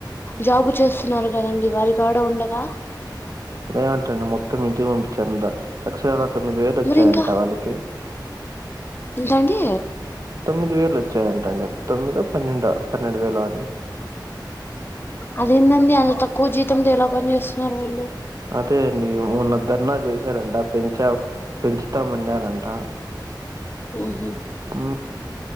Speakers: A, on the left; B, on the right.
A: జాబు చేస్తున్నారు కదండి వారి కాడ ఉండవా
B: అదేంటండి మొత్తం ఇంటికి పంపించరంట అక్షరాల తొమ్మిది వేలు వచ్చాయంట
A: మరి ఇంకా
B: వాళ్ళకి
A: ఎంతండి
B: తొమ్మిది వేలు వచ్చాయంట అండి తొమ్మిదో పన్నెండో పన్నెండు వేల అండి
A: అదేందండి అంత తక్కువ జీతంతో ఎలా పని చేస్తున్నారు వీళ్ళు
B: అదే అండి మొన్న ధర్నా చేశారంట పెంచా పెంచుతామన్నారంట
A: ఊహు
B: ఊ